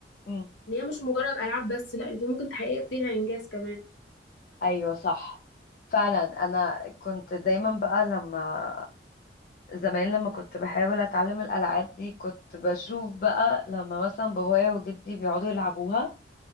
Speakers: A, on the left; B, on the left.
A: مم.
B: ان هي مش مجرد العاب بس لا انت ممكن تحققي فيها انجاز كمان
A: ايوه صح فعلا انا كنت دايما بقى لما زمان لما كنت بحاول اتعلم الالعاب دي كنت بشوف بقى لما مثلا بابايا وجدي بيقعدوا يلعبوها